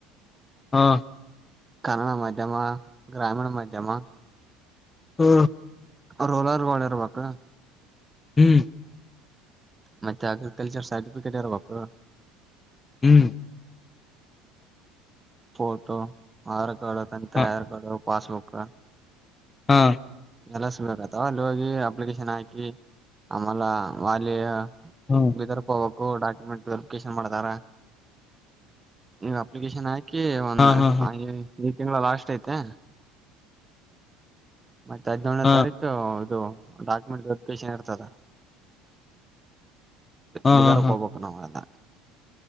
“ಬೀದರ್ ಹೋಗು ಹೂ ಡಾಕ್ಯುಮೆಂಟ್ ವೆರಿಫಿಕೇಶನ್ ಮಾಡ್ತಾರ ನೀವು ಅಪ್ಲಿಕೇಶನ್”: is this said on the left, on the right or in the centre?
Right